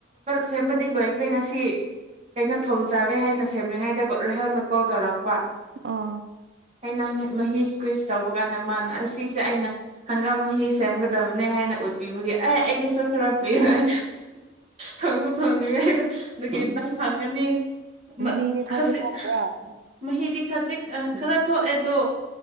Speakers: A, on the right; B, on the right.
A: ꯁꯦꯝꯕꯗꯤ ꯂꯣꯏꯈ꯭ꯔꯦ ꯉꯁꯤ ꯀꯩꯅꯣ ꯊꯣꯡ ꯆꯥꯒꯦ ꯍꯥꯏꯅ ꯁꯦꯝꯃꯤꯉꯩꯗ ꯔꯦꯍꯜꯅ ꯀꯣꯜ ꯇꯧꯔꯛꯄ
B: ꯑꯥ
A: ꯑꯩꯅ ꯃꯍꯤ ꯏꯁ ꯀ꯭ꯋꯤꯁ ꯇꯧꯕ ꯀꯥꯟꯗ ꯃꯥꯅ ꯑꯁꯤꯁꯦ ꯑꯩꯅ ꯍꯪꯒꯥꯝ ꯃꯍ ꯁꯦꯝꯒꯗꯕꯅꯦ ꯍꯥꯏꯅ ꯎꯠꯄꯤꯕꯒꯤ ꯑꯦ ꯑꯩꯒꯤꯁꯨ ꯈꯔ ꯄꯤꯔꯣꯏ ꯊꯪꯁꯨꯣ ꯊꯪ ꯅꯟ ꯐꯪꯅꯤ ꯃ
B: ꯃꯍꯤꯗꯤ ꯊꯣꯛꯇꯤ
A: ꯈꯖꯤ
B: ꯊꯣꯛꯄ꯭ꯔꯥ
A: ꯃꯗꯤ ꯈꯖꯤꯛ ꯈꯔ ꯊꯣꯛꯑꯦ ꯑꯗꯣ